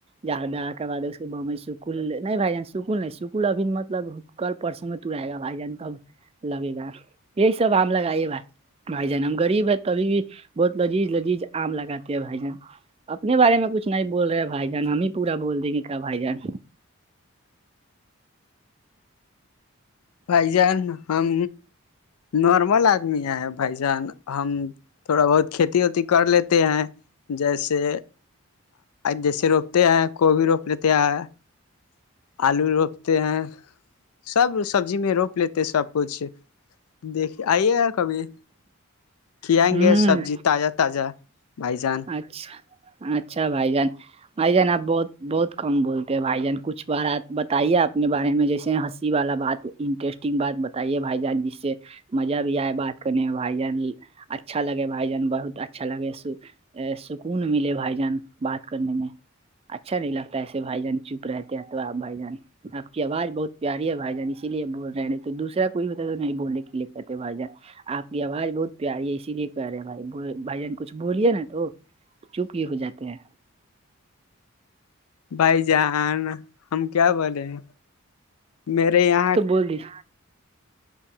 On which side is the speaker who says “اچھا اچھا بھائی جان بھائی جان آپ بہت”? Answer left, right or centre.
Right